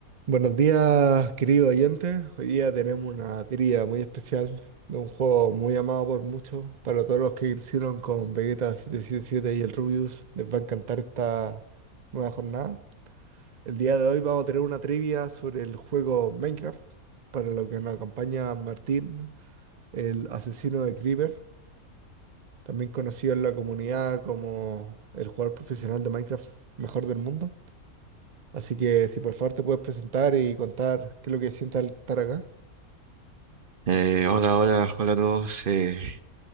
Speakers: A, on the right; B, on the right.
A: Buenos días, querido oyente. Hoy día tenemos una trivia muy especial de un juego muy amado por muchos. Para todos los que hicieron con Vegeta setecientos setenta y siete y el Rubius, les va a encantar esta nueva jornada. El día de hoy vamos a tener una trivia sobre el juego Minecraft, para lo que nos acompaña Martín, el asesino de Creeper, también conocido en la comunidad como el jugador profesional de Minecraft mejor del mundo. Así que si por favor te puedes presentar y contar qué es lo que sientes al estar acá.
B: Eh, hola, hola, hola a todos. eh,